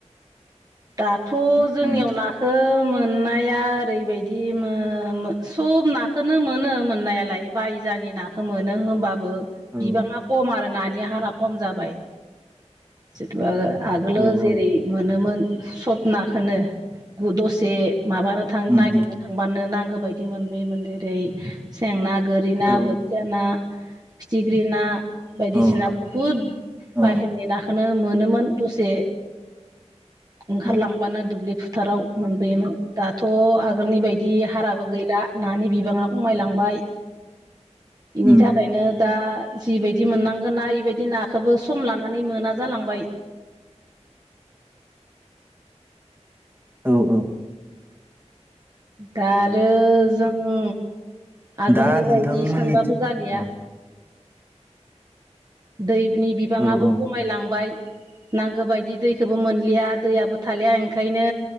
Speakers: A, on the right; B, on the right.
A: दाथ'
B: दे
A: जोंनियाव
B: बुंनाय
A: नाखौ मोननाया ओरैबायदिमोन सब नाखोनो मोनो मोननायालाय बायजानि नाखौ मोनो होमबा बो
B: औ
A: बिबाङा खम आरो नानि हारा खम जाबाय जेनेबा आगोलोाव
B: औ
A: जेरै
B: औ
A: मोनोमोन सबनाखोनो दसे माबानो थां
B: उम
A: नागिरनो
B: उम
A: थांबानो नांगौ बायदि मोनबोयोमोन जेरै सेंना गोरि ना
B: औ
A: बोथिया ना फिथिख्रि ना बायदिसिना
B: औ
A: बुहुद बाहेरनि
B: अ
A: नाखोननो मोनोमोन दसे ओंखारलांबानो
B: उम
A: दुब्लि फोथाराव मोनबोयोमोन दा थ' आगोलनि बायदि हाराबो गैला नानि बिबाङा खमायलांबाय बेनि
B: उम
A: थाखायनो दा जिबायदि मोननांगोन ना इबायदि नाखौबो सम लानानै मोना जालांबाय।
B: औ औ
A: दा आरो जों आगोलनि
B: दा नोंथांमोननिथिं
A: बायदि सानबाबो जालिया
B: औ
A: दैनि बिबाङाबो
B: औ औ
A: खमायलांबाय नांगौ बायदि दैखौबो मोनलिया दैयाबो थालिया ओंखायनो